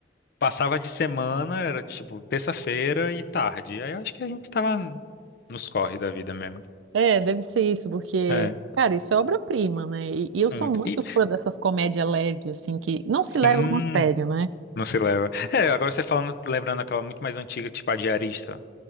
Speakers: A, on the left; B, on the right.
A: Passava de semana, era de, tipo terça-feira e tarde. Aí eu acho que a gente tava nos corre da vida mesmo.
B: É, deve ser isso, porque,
A: É.
B: cara, isso é obra-prima, né? E, e eu sou
A: Hum,
B: muito
A: E,
B: fã dessas comédias leves, assim, que não se levam
A: sim.
B: a sério, né?
A: Não se leva. É, agora você falando, lembrando aquela muito mais antiga, tipo a Diarista.